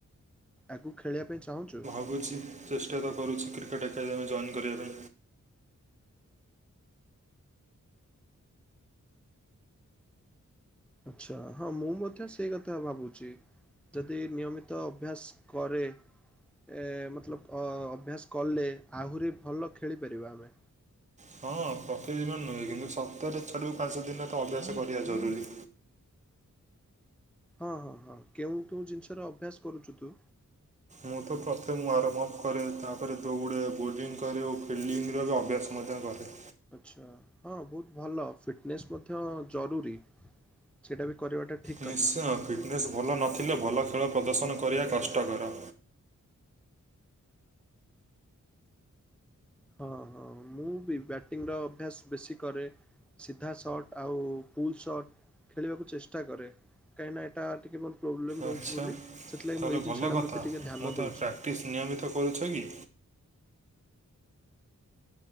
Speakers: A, in the centre; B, on the right.
A: ଆଗୁକୁ ଖେଳିବା ପାଇଁ ଚାହୁଁଛୁ?
B: ବୁଝିଲି। ଚେଷ୍ଟା ତ କରୁଛି୍ କ୍ରିକେଟ୍ ଏକାଡେମୀ ଜଏନ୍ କରିବା ପାଇଁ।
A: ଆଛା, ହଁ ମୁଁ ମଧ୍ୟ ସେଇ କଥା ଭାବୁଛି ଯଦି ନିୟମିତ ଅଭ୍ୟାସ କରେ ଏ ମତଲବ ଅଭ୍ୟାସ କଲେ, ଆହୁରି ଭଲ ଖେଳିପାରିବା ଆମେ।
B: ହଁ ପ୍ରତିଦିନ ନୁହେଁ କିନ୍ତୁ ସପ୍ତାହରେ ଚାରିରୁ ପାଞ୍ଚ ଦିନରେ ତ ଅଭ୍ୟାସ କରିବା ଜରୁରୀ।
A: ହଁ ହଁ ହଁ କେଉଁ କେଉଁ ଜିନିଷର ଅଭ୍ୟାସ କରୁଛୁ ତୁ?
B: ମୁଁ ତ ପ୍ରଥମେ ମୁଁ ଆରମ୍ଭ ଅଫ୍ କରେ ତାପରେ ଦୋଉଡେ, ବୋଲିଂ କରେ ଓ ଫିଲ୍ଡିଙ୍ଗର ବି ଅଭ୍ୟାସ ମଧ୍ୟ କରେ।
A: ଆଚ୍ଛା, ହଁ ବହୁତ ଭଲ ଫିଟନେସ୍ ମଧ୍ୟ ଜରୁରୀ ସେଇଟା ବି କରିବାଟା ଠିକ୍
B: ନିଶ୍ଚୟ,
A: କଥା।
B: ଫିଟନେସ୍ ଭଲ ନଥିଲେ ଭଲ ଖେଳ ପ୍ରଦର୍ଶନ କରିବା କଷ୍ଟକର।
A: ହଁ ହଁ ମୁଁ ବି ବ୍ୟାଟିଂ ର ଅଭ୍ୟାସ ବେଶୀ କରେ। ସିଧା ସର୍ଟ ଆଉ ପୁଲ୍ ସର୍ଟ ଖେଳିବାକୁ ଚେଷ୍ଟା କରେ, କାହିକିନା ଏଇଟା ଟିକେ ପ୍ରୋବ୍ଲେମ୍ ରହୁଛି
B: ଆଚ୍ଛା
A: ବୋଲି ସେଥିଲାଗି
B: ତାହେଲେ
A: ମୁଁ ଏଇ
B: ଭଲ
A: ଜିନିଷଟା
B: କଥା
A: ପ୍ରତି ଟିକେ ଧ୍ୟାନ
B: ମୁଁ ତ
A: ଦଉଛି।
B: ପ୍ରାକ୍ଟିସ୍ ନିୟମିତ କରୁଛ କି?